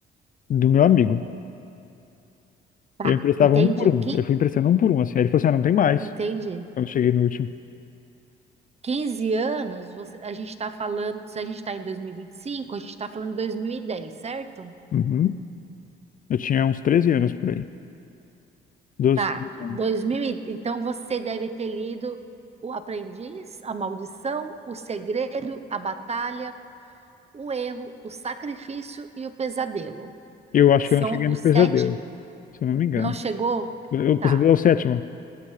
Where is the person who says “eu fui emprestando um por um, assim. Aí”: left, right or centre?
Left